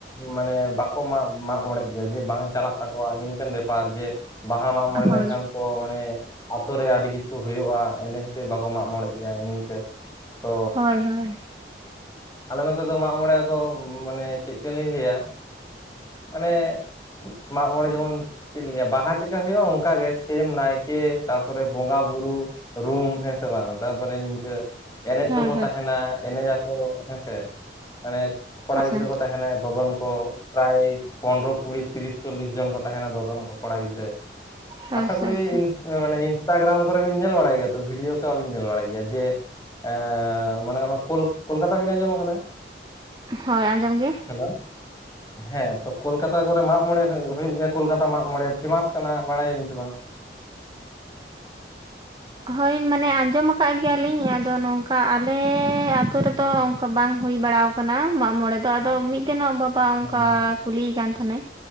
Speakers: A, on the left; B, on the right.
A: ᱢᱟᱱᱮ ᱵᱟᱠᱚ ᱢᱟᱜ ᱢᱟᱜ ᱢᱚᱬᱮᱜ ᱜᱮᱭᱟ ᱡᱮ ᱵᱟᱝ ᱪᱟᱞᱟᱜ ᱛᱟᱠᱚᱣᱟ ᱱᱤᱝᱠᱟᱹᱱ ᱵᱮᱯᱟᱨ ᱡᱮ ᱵᱟᱦᱟ ᱢᱟᱜ ᱢᱚᱬᱮ
B: ᱦᱳᱭ
A: ᱞᱮᱱᱠᱷᱟᱱ ᱠᱚ ᱢᱟᱱᱮ ᱟᱹᱛᱩ ᱨᱮ ᱟᱹᱰᱤ ᱠᱤᱪᱷᱩ ᱦᱩᱭᱩᱜᱼᱟ, ᱤᱱᱟᱹ ᱠᱷᱟᱹᱛᱤᱨ ᱵᱟᱠᱚ ᱢᱟᱜ ᱢᱚᱬᱮ ᱜᱮᱭᱟ ᱱᱤᱝᱠᱟᱹ ᱛᱚ
B: ᱦᱳᱭ ᱦᱳᱭ
A: ᱟᱞᱮ ᱱᱚᱛᱮ ᱫᱚ ᱢᱟᱜ ᱢᱚᱬᱮ ᱠᱚ ᱢᱟᱱᱮ ᱪᱮᱫ ᱠᱟᱹᱞᱤᱧ ᱞᱟᱹᱭᱟ ᱢᱟᱱᱮ ᱢᱟᱜ ᱢᱚᱬᱮ ᱡᱮᱢᱚᱱ ᱪᱮᱫ ᱞᱤᱧ ᱞᱟᱹᱭᱟ ᱵᱟᱦᱟ ᱪᱮᱫᱠᱟ ᱦᱩᱭᱩᱜᱼᱟ? ᱚᱱᱠᱟ ᱜᱮ ᱥᱮᱢ ᱱᱟᱭᱠᱮ ᱛᱟᱨᱯᱚᱨᱮ ᱵᱚᱸᱜᱟ ᱵᱩᱨᱩ ᱨᱩᱢ ᱦᱮ ᱥᱮ ᱵᱟᱝ ᱛᱟᱯᱚᱨᱮ ᱟᱹ ᱮᱱᱮᱡ
B: ᱦᱳᱭ
A: ᱠᱚᱠᱚ
B: ᱦᱳᱭ
A: ᱛᱟᱦᱮᱱᱟ, ᱮᱱᱮᱡ ᱟᱠᱚ ᱦᱮᱸᱥᱮ ᱢᱟᱱᱮ ᱠᱚᱲᱟ
B: ᱟᱪᱪᱷᱟ
A: ᱜᱤᱫᱽᱨᱟᱹ ᱠᱚ ᱛᱟᱦᱮᱱᱟᱭ ᱫᱚᱫᱚᱱ ᱠᱚ᱾ ᱯᱨᱟᱭ ᱯᱚᱱᱨᱚ ᱠᱩᱲᱤ ᱛᱤᱨᱤᱥ ᱪᱚᱞᱤᱥ ᱡᱚᱱ ᱠᱚ ᱛᱟᱦᱮᱱᱟ, ᱫᱚᱫᱚᱱ ᱠᱚ ᱠᱚᱲᱟ ᱜᱤᱫᱽᱨᱟᱹ᱾
B: ᱟᱪᱪᱷᱟ
A: ᱟᱥᱟ ᱠᱚᱨᱤ
B: ᱟᱪᱪᱷᱟ
A: ᱤᱱᱥᱴᱟ ᱢᱟᱱᱮ ᱤᱱᱥᱴᱟᱜᱨᱟᱢ ᱠᱚᱨᱮ ᱵᱤᱱ ᱧᱮᱞ ᱵᱟᱲᱟᱭ ᱜᱮᱭᱟ ᱛᱚ, ᱵᱷᱤᱰᱤᱭᱳ ᱥᱮ ᱵᱟᱵᱤᱱ ᱧᱮᱞ ᱵᱟᱲᱟᱭ ᱜᱮᱭᱟ ᱡᱮ ᱮ ᱢᱟᱱᱮ ᱠᱳᱞ ᱠᱳᱞᱠᱟᱛᱟ ᱵᱤᱱ ᱟᱸᱡᱚᱢ ᱟᱠᱟᱫᱟ?
B: ᱦᱳᱭ ᱟᱸᱡᱚᱢ ᱜᱮ᱾
A: ᱦᱮᱞᱳ! ᱦᱮᱸ ᱛᱚ ᱠᱳᱞᱠᱟᱛᱟ ᱠᱚᱨᱮ ᱢᱟᱜ ᱢᱚᱬᱮ ᱦᱩᱭᱩᱜ ᱜᱮᱭᱟ ᱠᱳᱞᱠᱟᱛᱟ ᱢᱟᱜ ᱢᱚᱬᱮ, ᱯᱷᱮᱢᱟᱥ ᱠᱟᱱᱟ ᱵᱟᱲᱟᱭᱟᱵᱤᱱ ᱥᱮ ᱵᱟᱝ?
B: ᱦᱳᱭ ᱢᱟᱱᱮ ᱟᱸᱡᱚᱢ ᱟᱠᱟᱫ ᱜᱮᱭᱟ ᱞᱤᱧ, ᱟᱫᱚ ᱱᱚᱝᱠᱟ ᱟᱞᱮ ᱟᱹᱛᱩ ᱨᱮ ᱫᱚ ᱚᱱᱠᱟ ᱵᱟᱝ ᱦᱩᱭ ᱵᱟᱲᱟᱣ ᱟ᱾ -ᱠᱟᱱᱟ ᱢᱟᱜ ᱢᱚᱬᱮ ᱫᱚ ᱟᱫᱚ ᱢᱤᱫ ᱛᱮᱱᱚᱜ ᱵᱟᱵᱟ ᱚᱱᱠᱟ
A: ᱦᱮᱸ
B: ᱠᱩᱞᱤᱭᱮ ᱠᱟᱱ ᱛᱟᱦᱮᱱᱟᱭ